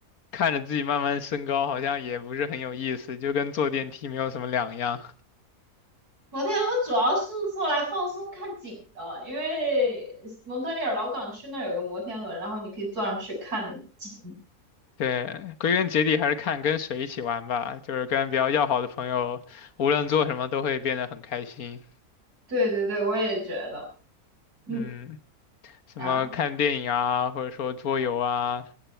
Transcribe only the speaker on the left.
看着自己慢慢升高，好像也不是很有意思，就跟坐电梯没有什么两样。
对，归根结底还是看跟谁一起玩吧，就是跟比较要好的朋友，无论做什么都会变得很开心。
嗯。什么看电影啊，
或者说桌游啊，